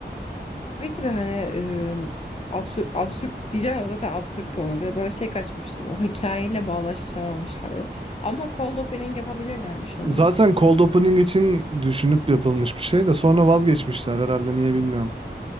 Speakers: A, on the left; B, on the right.
A: Belki de hani e, absürt absürt diyeceğim ama zaten absürt komedi. Böyle şey kaçmıştır. Böyle, hikayeyle bağdaştıramamışlardır. Ama cold opening yapabilirlermiş onu
B: Zaten
A: mesela.
B: cold opening için düşünüp yapılmış bir şey de sonra vazgeçmişler herhalde niye bilmiyorum.